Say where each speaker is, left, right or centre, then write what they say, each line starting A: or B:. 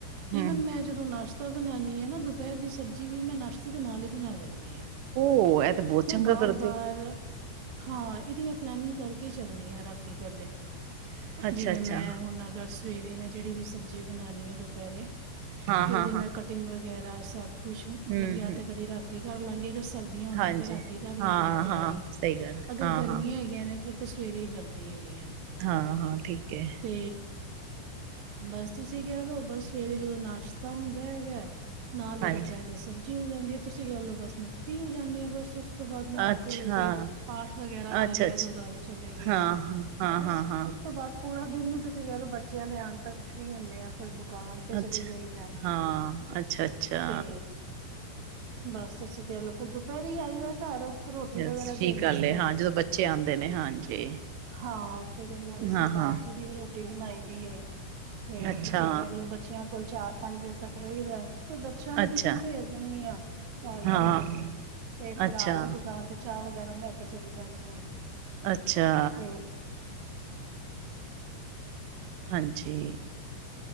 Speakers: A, on the right; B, on the right.
A: ਹੂੰ,
B: ਈਵਨ ਮੈਂ ਜਦੋਂ ਨਾਸ਼ਤਾ ਬਣਾਨੀ ਆ ਨਾ ਦੁਪੈਰ ਦੀ ਸਬਜ਼ੀ ਵੀ ਮੈਂ ਨਾਸ਼ਤੇ ਦੇ ਨਾਲ ਈ ਬਨਾ ਦਿੰਨੀ ਆ।
A: ਉਹ ਇਹ ਤੇ ਬਹੁਤ
B: ਮੈਂ
A: ਚੰਗਾ
B: ਬਾਰ-ਬਾਰ
A: ਕਰਦੇ ਹੋ,
B: ਹਾਂ ਇਦੀ ਏ ਪਲੇਨਿੰਗ ਕਰਕੇ ਚੱਲਨੀ ਆ ਰਾਤੀ ਪੇਲੇ।
A: ਅੱਛਾ,
B: ਜਿਵੇਂ
A: ਅੱਛਾ,
B: ਮੈਂ ਹੁਨ ਅਗਰ ਸਵੇਰੇ ਮੈਂ ਜੇੜੀ ਵੀ ਸਬਜ਼ੀ ਬਣਾਨੀ ਆ ਦੁਪੈਰੇ
A: ਹਾਂ,
B: ਤੇ
A: ਹਾਂ,
B: ਉਦੀ ਮੈਂ
A: ਹਾਂ,
B: ਕਟਿੰਗ ਵਗੈਰਾ ਸਭ ਕੁਛ
A: ਹੂੰ,
B: ਮਤਲਬ ਯਾ
A: ਹੂੰ,
B: ਤੇ ਕਦੀ ਰਾਤੀ ਕਰ ਲਾਂਗੀ ਅਗਰ ਸਰ ਦੀਆਂ ਹੁਦਿਆਂ
A: ਹਾਂਜੀ
B: ਤੇ ਰਾਤੀ ਕਰ ਲੈਂਦੀ
A: ਹਾਂ
B: ਆਾਂ ਤਿਆਰੀ
A: ਹਾਂ ਸਹੀ ਗੱਲ
B: ਅਗਰ
A: ਹਾਂ
B: ਗਰਮੀਆਂ
A: ਹਾਂ
B: ਹੈਗੀਆਂ ਨੇ ਫੇਰ ਤੇ ਸਵੇਰੇ ਈ ਕਰਦੀ ਹੈਗੀ ਆ।
A: ਹਾਂ-ਹਾਂ ਠੀਕ ਐ।
B: ਤੇ ਬਸ ਤੁਸੀਂ ਕੈ ਦੋ ਬਸ। ਸਵੇਰੇ ਜਦੋਂ ਨਾਸ਼ਤਾ ਹੁੰਦਾ ਹੈਗਾ ਨਾਲ
A: ਹਾਂਜੀ
B: ਈ ਦੋਪੈਰ ਦੀ ਸਬਜ਼ੀ ਹੋ ਜਾਂਦੀ ਏ। ਤੁਸੀਂ ਕੈ ਲੋ ਬਸ ਮੈਂ ਫ੍ਰਰੀ ਹੋ ਜਾਂਨੀ ਆ ਬਸ ਉਸ ਉਸ ਤੋਂ ਬਾਦ ਨਹਾ
A: ਅੱਛਾ
B: ਧੋ ਕੇ ਪਾਠ ਵਗੈਰਾ
A: ਅੱਛਾ
B: ਕਰ ਲਿਆ
A: ਅੱਛਾ
B: ਗੁਰਦੁਆਰੇ ਚਲੇ ਗੇ
A: ਹਾਂ ਹਾਂ ਹਾਂ
B: ਬਸ
A: ਹਾਂ ਹਾਂ
B: ਉਸ ਤੋਂ ਬਾਦ ਪੂਰਾ ਦਿਨ ਈ ਤੁਸੀਂ ਕੈ ਲੋ ਬੱਚਿਆਂ ਦੇ ਆਨ ਤੱਕ ਫ੍ਰਰੀ ਹੁੰਨੇ ਆ। ਫੇਰ ਦੁਕਾਨ ਤੇ ਚਲੀ
A: ਅੱਛਾ
B: ਜਾਈਦਾ
A: ਹਾਂ ਅੱਛਾ ਅੱਛਾ
B: ਤੇ ਬਸ ਤੁਸੀਂ ਕੈ ਲੋ ਫੇਰ ਦੋਪੈਰੀ ਆਈ ਦਾ ਘਰ। ਰੋਟੀ
A: <unintelligible>
B: ਵਗੈਰਾ ਦੇਣ
A: ਗੱਲ
B: ਵਾਸਤੇ
A: ਏ ਹਾਂ ਜਦੋਂ ਬੱਚੇ ਆਂਦੇ ਨੇ ਹਾਂਜੀ।
B: ਹਾਂ। ਫੇਰ ਇ ਇਸਨਾਂ ਦੀ ਸਰਦਾਰ
A: ਹਾਂ ਹਾਂ
B: ਜੀ ਦੀ ਵੀ ਰੋਟੀ ਬਨਾਈ ਦੀ ਏ ਫੇਰ
A: ਅੱਛਾ
B: ਤੁਸੀਂ ਕਹਿਲੋ ਬੱਚਿਆਂ ਕੋਲ ਚਾਰ-ਪੰਜ ਵਜੇ ਤੱਕ ਰਈਦਾ ਫੇਰ ਬੱਚਿਆਂ ਨੂੰ
A: ਅੱਛਾ
B: ਟਿਊਸ਼ਨ ਭੇਜ ਦਿੰਨੀ ਆ। ਚਾਰ-ਪੰਜ
A: ਹਾਂ
B: ਵਜੇ ਤੇ ਫੇਰ
A: ਅੱਛਾ
B: ਆਪ ਵੀ ਦੁਕਾਨ ਤੇ ਚਾ ਵਗੈਰਾ ਲੈ ਕੇ ਚਲੀ ਜਾਂਨੀ ਆ।
A: ਅੱਛਾ।
B: ਤੇ
A: ਹਾਂਜੀ।